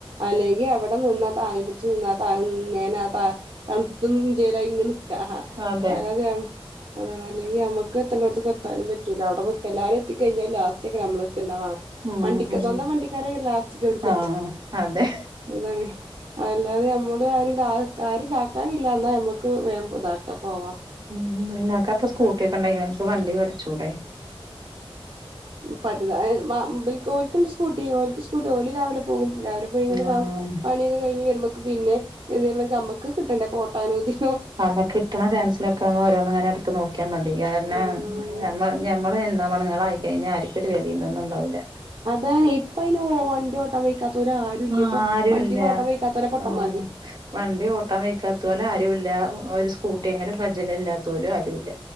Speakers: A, on the right; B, on the right.
A: അല്ലെങ്കി അവിടെ നിന്ന താങ്ങി കുടിച്ച് നിന്നാ താ ഇങ്ങനാ ത തണുപ്പ ചേരാ ഇങ്ങെ ആഹ
B: അതെ
A: അല്ലതെയ അതാണ് അല്ലെങ്കി നമക്ക് എത്തണ്ടോടത്തു എത്താനും പറ്റൂല അവിടെ എല്ലാരും എത്തിക്കഴിഞ്ഞാ ലാസ്റ്റ് ഒക്കെ നമ്മള ണ്ടവാ
B: ഉം
A: വണ്ടിക്ക
B: ഉം
A: സ്വന്തം വണ്ടിക്കാരല്ലാസ്റ്റക്ക് എടുക്ക
B: ആഹ് അതെ
A: അതാണ് അല്ലാതെ നമ്മള് ആരും കാ ആരും കാനല്ല എന്നാ ഞമ്മക്ക് വേ ഇതാക്കാ പോവാ.
B: ഉ നിന്നക്ക് അപ്പൊ സ്കൂട്ടിയൊക്കെണ്ടങ്കി ങ്‌ക് വണ്ടി വേഡ്ച്ചുടെ
A: ഇബൽക്ക് ഓൽക്കുണ്ട് സ്കൂട്ടി ഓൾക്ക് സ്കൂ ജോലി രാവിലെ പോകും രാവിലെ പോയി ഇങ്ങെ
B: ആഹ്
A: പണിയൊക്കെ കഴിഞ്ഞ് വരുമ്പോക്ക് പിന്നെ അതേമ്മക്ക് ഒക്കെ കിട്ടണ്ടേ പോട്ട അനുമദി
B: അന്നൊക്കെിട്ടണ ചാൻസിലോക്ക ഓരോന്ന് ഇങ്ങനെ എടുത്ത് നോക്കും. <unintelligible>
A: ആഹ്
B: ഞമ്മള് എന്താ മണങ്ങൾ ആയിക്കഴിഞ്ഞാൽ ആർക്കും ഒരു വിലയന്തൊന്നും ഉണ്ടാവൂല്ല.
A: അതാണ് ഇപ്പ ഇന് ഓ വണ്ടി ഓട്ടം വയ്ക്കാത്ത ഒ ആരും ഇല്ലാ.
B: ആരുല്ല
A: ഇപ്പൊ വണ്ടി ഓട്ടം വയ്ക്കാത്തവരെ പൊട്ടമാര്.
B: ആഹ് വണ്ടി ഓട്ടം വയ്ക്കാത്ത പോലെ ആരുംല്ല. ഒരു സ്കൂട്ടിയെങ്കിലും കജ്ജല് ഇല്ലാത്ത പോലും ആരുല്ല.